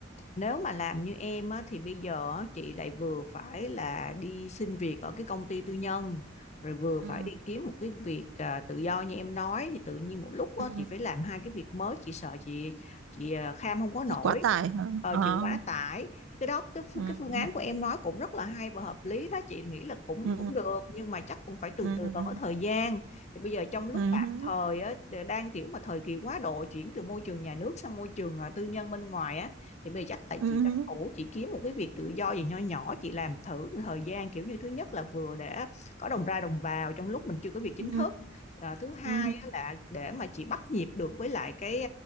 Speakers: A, on the left; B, on the right.
A: Nếu mà làm như em á, thì bây giờ á, chị lại vừa phải là đi xin việc ở cái công ty tư nhân rồi vừa
B: ừ
A: phải đi kiếm một cái việc à, tự do như em nói thì tự nhiên một lúc
B: ừ
A: á, chị phải làm hai cái việc mới chị sợ chị chị à, kham không có nổi
B: thì quá tải hả
A: ờ,
B: ờ
A: chị quá tải thì cái đó cái phu-
B: ừ
A: cái phương án của em nói cũng rất là hay và hợp lý đó chị nghĩ là cũng
B: ừ
A: cũng được nhưng mà chắc cũng phải từ
B: ừ
A: từ còn có thời gian thì bây giờ trong lúc
B: ừ
A: tạm thời á, đang kiểu mà thời kỳ quá độ chuyển từ môi trường nhà nước sang môi trường à, tư nhân bên ngoài á thì bây giờ chắc là
B: ừ
A: chị tranh thủ chị kiếm một cái việc tự do gì nho nhỏ chị làm thử thời gian kiểu như thứ nhất là vừa để có đồng ra đồng vào trong lúc mình chưa có việc chính
B: ừ
A: thức à, thứ hai
B: ừ
A: á là để mà chị bắt nhịp được với lại cái